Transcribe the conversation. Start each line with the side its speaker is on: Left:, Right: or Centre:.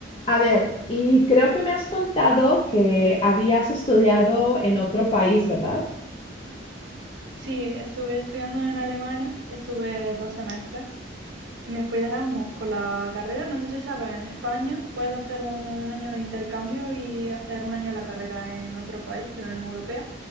Left: A ver, y creo que me has contado que habías estudiado en otro país, ¿verdad?
Right: Sí, estuve estudiando en Alemania, estuve dos semestres. Me fui de Erasmus con la carrera, no sé si sabes, en España puedes hacer un año de intercambio y hacer un año de la carrera en otro país de la Unión Europea.